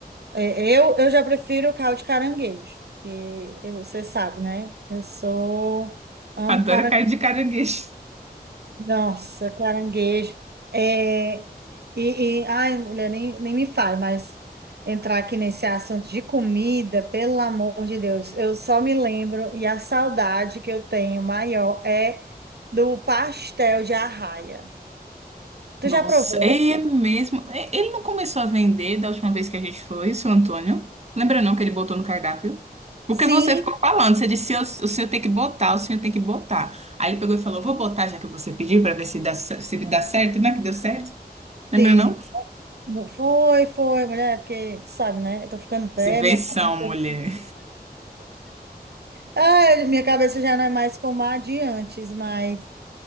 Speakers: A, on the right; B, on the right.
A: É, eu, eu já prefiro o caldo de caranguejo, que eu- você sabe, né? Eu sou,
B: <laughs>
A: amo
B: Adoro
A: caranguejo.
B: carne de caranguejo.
A: Nossa, caranguejo. É, e, e- ai, mulher, nem, nem me fale, mas entrar aqui nesse assunto de comida, pelo amor de Deus, eu só me lembro, e a saudade que eu tenho maior é do pastel de arraia. Tu
B: Nossa,
A: já provou?
B: é mesmo. É, Ele não começou a vender da última vez que a gente foi, o seu Antônio? Lembra não que ele botou no cardápio? Porque
A: Sim,
B: você ficou falando, você disse, "Eu- o senhor tem que botar, o senhor tem que botar. Aí ele pegou e falou, vou botar já que você pediu pra ver se dá, cer- se dá certo, né? Que deu certo. Lembra
A: sim.
B: não?
A: Mu- Foi, foi, mulher, porque, tu sabe, né? Eu tô ficando velha,
B: Isso é Invenção,
A: minha cabeça,
B: mulher.
A: ah, minha cabeça já não é mais como a de antes, mas.